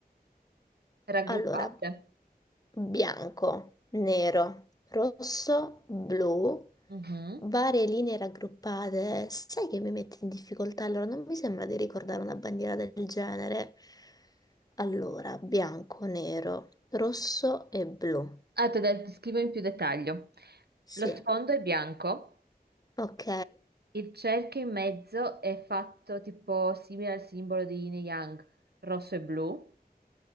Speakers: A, on the right; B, on the left.
A: raggruppate.
B: Allora, bianco, nero, rosso, blu,
A: Mhm.
B: varie linee raggruppate. Sai che mi metti in difficoltà? Allora, non mi sembra di ricordare una bandiera del genere. Allora, bianco, nero, rosso e blu.
A: Allora, te la descrivo in più dettaglio.
B: Sì,
A: Lo sfondo è bianco,
B: ok,
A: il cerchio in mezzo è fatto tipo simile al simbolo di Yin e Yang, rosso e blu.